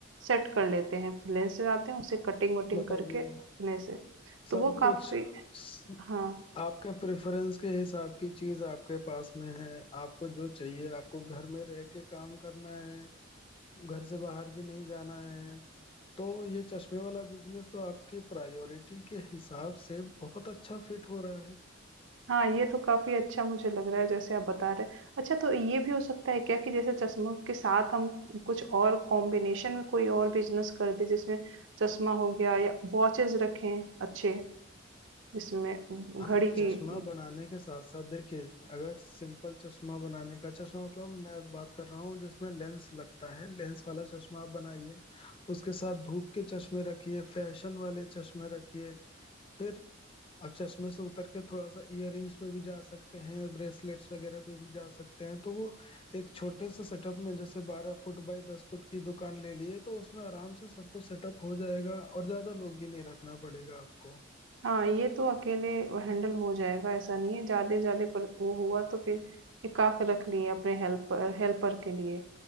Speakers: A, on the right; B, on the left.
A: सेट कर लेते हैं। लेंस से लाते हैं उसे कटिंग-वटिंग
B: बताइए
A: करके अपने से, तो
B: सब
A: वो काफ़ी
B: कुछ स-
A: हाँ।
B: आपके प्रेफरेंस के हिसाब की चीज आपके पास में है आपको जो चाहिए आपको घर में रह के काम करना है घर से बाहर भी नहीं जाना है तो ये चश्मे वाला बिजनेस तो आपके प्रायोरिटी के हिसाब से बहुत अच्छा फिट हो रहा है
A: हाँ, ये तो काफ़ी अच्छा मुझे लग रहा है जैसे आप बता रहे हैं। अच्छा तो ये भी हो सकता है क्या कि जैसे चश्मों के साथ हम कुछ और कॉम्बिनेशन में कोई और बिजनेस कर दें जिसमें चश्मा हो गया या वॉचेस रखें अच्छे जिसमें उम,
B: हाँ
A: घड़ी
B: चश्मा
A: की उम,
B: बनाने के साथ साथ देखिए अगर सिंपल चश्मा बनाने का चश्मा मतलब मैं बात कर रहा हूँ जिसमें लेंस लगता है लेंस वाला चश्मा आप बनाइए उसके साथ धूप के चश्मे रखिए फैशन वाले चश्मे रखिए फिर आप चश्मे से उतर के थोड़ा सा इयररिंग्स पे भी जा सकते हैं ब्रेसलेट्स वगैरह पे भी जा सकते हैं तो वो एक छोटे से सेटअप में जैसे बारह फुट बाई दस फुट की दुकान ले लिए तो उसमें आराम से सब कुछ सेटअप हो जाएगा और ज्यादा लोग भी नहीं रखना पड़ेगा आपको
A: हाँ, ये तो अकेले हैंडल हो जाएगा ऐसा नहीं है। ज़्यादा ज़्यादा पर वो हुआ तो फिर एकाक रख लिए अपने हेल्पर हेल्पर के लिए